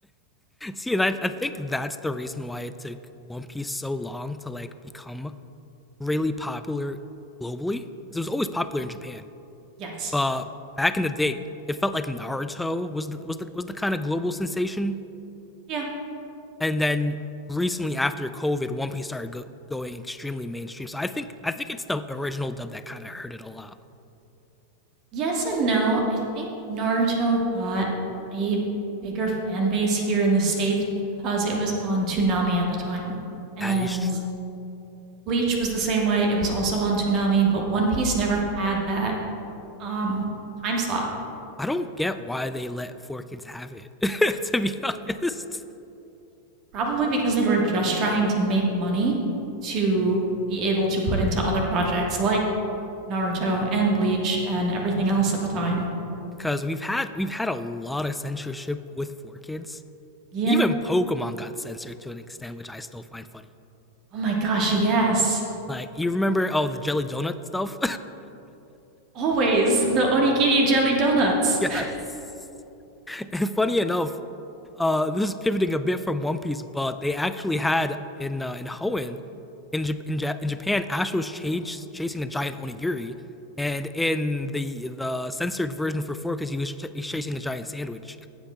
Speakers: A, in the centre; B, on the right (about 35°).
A: <laughs> See, and I, I think that's the reason why it took One Piece so long to like become really popular globally. Because it was always popular in Japan,
B: Yes.
A: but back in the day, it felt like Naruto was the was the was the kind of global sensation
B: Yeah.
A: and then recently after COVID, One Piece started go- going extremely mainstream. So I think I think it's the original dub that kind of hurt it a lot.
B: Yes and no. I think Naruto got a bigger fan base here in the States because it was on Toonami at the time. And
A: That is true.
B: Bleach was the same way. It was also on Toonami, but One Piece never had that um time slot.
A: I don't get why they let four kids have it. <laughs> to be honest,
B: Probably because they were just trying to make money to be able to put into other projects like Naruto and Bleach and everything else at the time.
A: because we've had we've had a lot of censorship with four kids.
B: Yeah.
A: Even Pokemon got censored to an extent, which I still find funny.
B: Oh my gosh, yes.
A: Like you remember, oh the jelly donut stuff.
B: Always the onigiri jelly donuts.
A: <laughs> yes. <laughs> And funny enough, uh, this is pivoting a bit from One Piece, but they actually had in uh, in Hoenn, in J- in, ja- in Japan, Ash was chas- chasing a giant onigiri, and in the the censored version for four, because he was ch- he's chasing a giant sandwich.